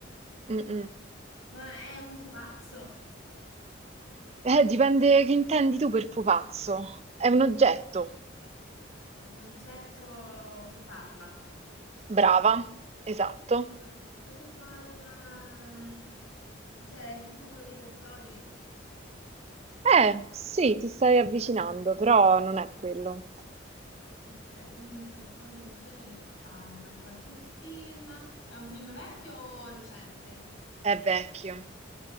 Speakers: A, on the right (about 30°); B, on the left (about 85°).
A: Mm, mm.
B: Ma è un pupazzo,
A: Eh, dipende che intendi tu per pupazzo. È un oggetto.
B: è un oggetto che parla.
A: Brava, esatto.
B: È Un oggetto che parla, mm, cioè è tipo quello di Toy Story.
A: Eh, sì, ti stai avvicinando, però non è quello.
B: Ok, quindi un qualcosa del genere che parla, in qualche film. È un film vecchio o recente?
A: È vecchio.